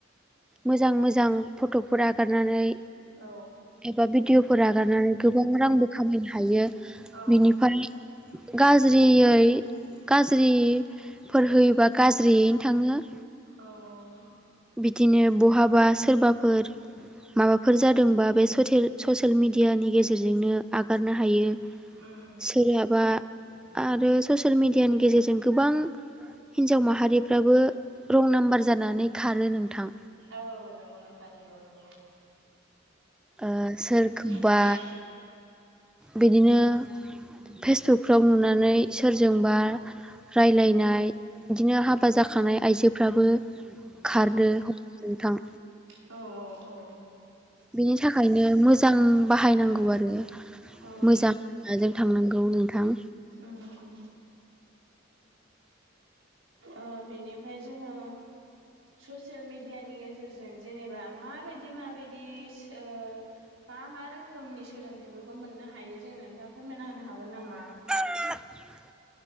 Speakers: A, in the centre; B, on the right.
A: मोजां मोजां फट'फोर आगारनानै
B: औ
A: एबा भिडिअफोर आगारनानै गोबां रांबो खामायनो हायो
B: औ
A: बिनिफाय गाज्रियै गाज्रिफोर होयोबा गाज्रियैनो थाङो
B: औ
A: बिदिनो बहाबा सोरबाफोर माबाफोर जादोंबा बे सथेल ससियेल मिडियानि गेजेरजोंनो आगारनो हायो
B: उम
A: सोरहाबा आरो ससियेल मिडियानि गेजेरजों गोबां हिनजाव माहारिफ्राबो रं नाम्बार जानानै खारो नोंथां
B: औ नंगौ नोंथा नंगौ नंगौ
A: ओ सोरखौबा
B: <unintelligible>
A: बिदिनो फेसबुकफ्राव नुनानै सोरजोंबा रायलायनाय बिदिनो हाबा जाखानाय आइजोफ्राबो खारदो ह नोंथां
B: औ औ
A: बेनि थाखायनो मोजां बाहायनांगौ आरो
B: उम
A: मोजां लामाजों थांनांगौ गौनौ नोंथां
B: उम उम ओ बेनिफ्राय जोङो ससियेल मिडियानि गेजेरजों जेनेबा माबायदि माबायदि सो ओ मा मा रोखोमनि सोलोंथाइफोरखौ मोननो हायो जों नोंथाङा फोरमायना होनो हागोन नामा
A: <inaudible>